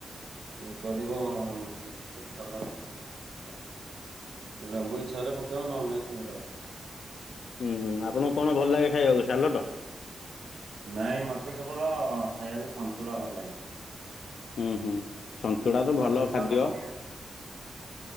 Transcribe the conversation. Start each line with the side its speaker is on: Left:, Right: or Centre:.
Right: ଉଁ-କରିବ ହଁ ସେଟା ସାଲାଡ କହନ୍ତି। ଲେମ୍ବୁ ଇଛା ହେଲେ ପକେଇବ ନହେଲେ ନାଇଁ ଫିଙ୍ଗଦବ।
Left: ହୁଁ ହୁଁ ଆପଣଙ୍କୁ କଣ ଭଲଲାଗେ ଖାଇବାକୁ ସାଲଟ?
Right: ନାଇଁ ମତେ କେବଳ ଖାଇବାକୁ ସନ୍ତୁଳା ଭଲଲାଗେ?
Left: ହୁଁ ହୁଁ ସନ୍ତୁଳା ତ ଭଲ
Right: ଖାଇଲେ
Left: ଖାଦ୍ୟ।
Right: ଆମର ହେଲା